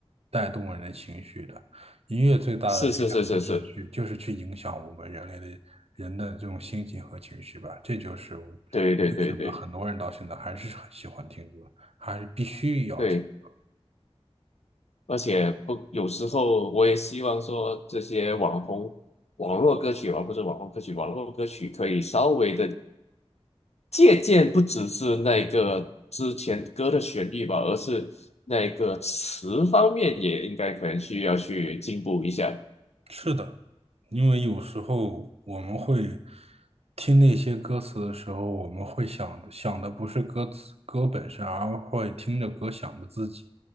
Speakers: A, on the right; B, on the left.
A: 带动人的情绪的。音乐最大的力量就是去就是去影响我们人类的人的这种心情和情绪吧。
B: 是是是是是，
A: 这就是我为什么很多人到现在还是很喜欢听歌，
B: 对对对对
A: 还是必须要听歌。
B: 对，而且不，有时候我也希望说这些网红网络歌曲啊，不是网红歌曲，网络歌曲可以稍微的借鉴不只是那个之前歌的旋律吧，而是那个词方面也应该可能需要去进步一下。
A: 是的，因为有时候我们会听那些歌词的时候，我们会想的想的不是歌词歌本身，而会听着歌想着自己。